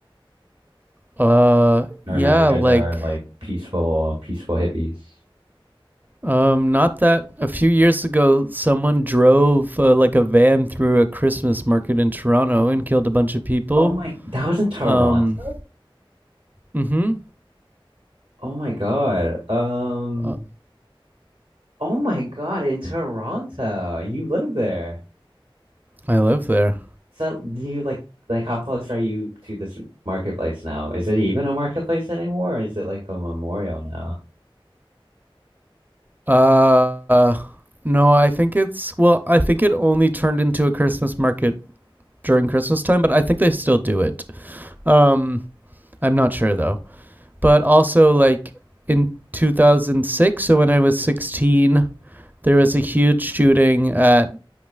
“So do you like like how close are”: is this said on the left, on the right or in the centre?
Right